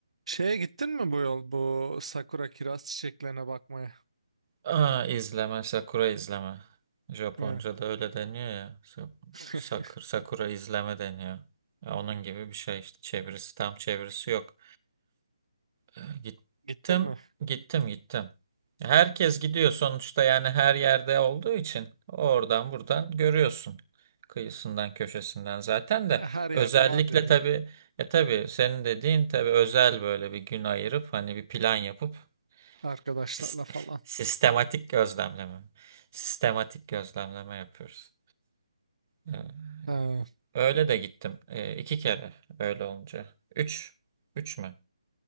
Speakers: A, on the right (about 80°); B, on the right (about 25°).
A: Şeye gittin mi bu yol bu sakura kiraz çiçeklerine bakmaya?
B: Aa, izleme, sakura izleme. Japonca'da
A: Evet.
B: öyle deniyor ya. Sa-
A: <laughs>
B: Sakura, sakura izleme deniyor. Ya onun gibi bir şey işte. Çevirisi tam çevirisi yok. Ee, gittim,
A: Gittin mi?
B: gittim, gittim. Herkes gidiyor sonuçta yani her yerde olduğu için oradan buradan görüyorsun. Kıyısından, köşesinden zaten
A: E,
B: de
A: Her
B: özellikle
A: yerde var dediğin
B: tabii
A: gibi
B: e tabii senin dediğin tabii özel böyle bir gün ayırıp hani bir plan yapıp
A: arkadaşlarla
B: Sis-
A: falan.
B: Sistematik gözlemleme. Sistematik gözlemleme yapıyoruz. Ee,
A: Ha.
B: Öyle de gittim. Ee, iki kere öyle olunca. Üç. Üç mü?